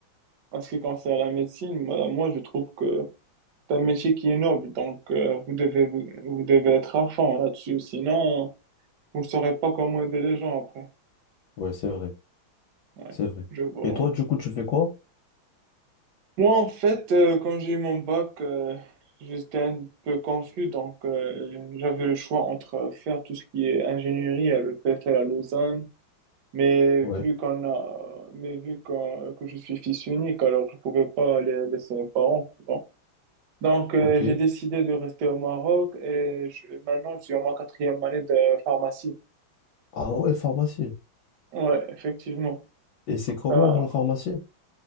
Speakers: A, on the right; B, on the left.
A: En ce qui concerne la médecine, moi, moi, je trouve que c'est un métier qui est noble, donc euh, vous devez, vous, vous devez être à fond là-dessus, sinon vous ne saurez pas comment aider les gens après.
B: Ouais, c'est vrai,
A: Ouais,
B: c'est vrai.
A: je vois.
B: Et toi,
A: ouais.
B: du coup, tu fais quoi?
A: Moi, en fait, euh, quand j'ai eu mon bac, euh, j'étais un peu confus, donc euh, j'avais le choix entre euh, faire tout ce qui est ingénierie à l'EPFL à Lausanne, mais
B: Ouais,
A: vu qu'on a, mais vu qu'on- que je suis fils unique, alors je pouvais pas aller laisser mes parents, tu vois. Donc, euh,
B: ok.
A: j'ai décidé de rester au Maroc et je- maintenant, je suis en ma quatrième année de pharmacie.
B: Ah ouais, pharmacie.
A: Ouais, effectivement.
B: Et c'est comment
A: Ben,
B: la pharmacie?